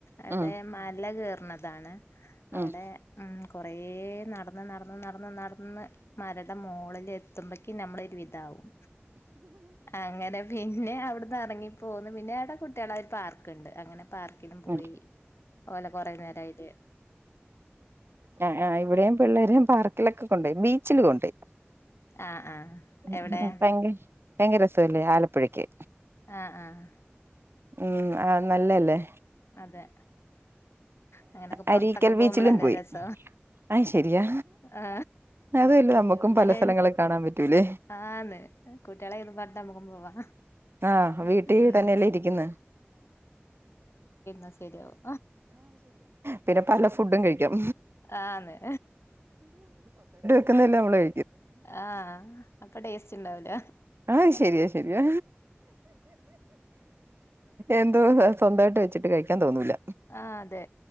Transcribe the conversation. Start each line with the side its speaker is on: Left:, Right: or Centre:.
Left: അവിടെ
Right: ഉം
Left: മല കേർ ണതാണ്. അവിടെ
Right: ഉം
Left: ഉം കുറേ നടന്ന് നടന് നടന്ന് നടന്ന് മര ൻ്റെ മോളില് എത്തുമ്പക്ക് നമ്മളൊരുവിതാകും അങ്ങനെ പിന് പിന്നെ അവിടുന്നറങ്ങിപ്പോന് പിന്നേവിടെ കുട്ടീളെ ഒരു പാർക്ക്ണ്ട് അങ്ങനെ പാർക്കിലും പോയി
Right: ഉം
Left: ഓലെ കറങ്ങലൊക്കായിട്ട്
Right: ആ ആ ഇവിടെം പിള്ളേരെം പാർക്കിലൊക്കെ കൊണ്ടോയി ബീച്ചില് കൊണ്ടോയി
Left: ആഹ് ആഹ്
Right: മ്
Left: എവിടെ
Right: മ് ഭയങ്ക ഭയങ്കരസല്ലേ ആലപ്പുഴക്ക്
Left: ആ ആ
Right: ഉം ആ നല്ലല്ലേ
Left: അതെ അങ്ങനെക്കെ പൊറത്തൊക്കെ
Right: അരീക്കൽ
Left: പോകുമ്പളല്ലേ
Right: ബീച്ചിലും പോയി
Left: രസ
Right: അത് ശരിയാ
Left: ആ
Right: അതുവല്ലേ നമ്മുക്കും
Left: ന ഉള്ളില
Right: പല സ്ഥലങ്ങള് കാണാൻ പറ്റൂലേ
Left: ആന്ന് കൂട്ടീളെ രും പറഞ്ഞിട്ട് മ്മക്കും പോവാ
Right: ആ വീട്ടില്
Left: ഉം
Right: തന്നെല്ലേ ഇരിക്ക്ന്ന്
Left: ആ ശരിയാവും
Right: പിന്നെ പല ഫുഡും കഴിക്കാം
Left: ആന്നെ
Right: ന്ന്ലെ മ്മളൈ
Left: ആ അപ്പൊ ടേസ്റ്റ് ഇണ്ടാവൂല
Right: ആഹ് ശരിയാ ശരിയാ എന്തോ സ്വന്തമായിട്ട് വെച്ചിട്ട് കഴിക്കാൻ തോന്നൂല
Left: ആ അതെ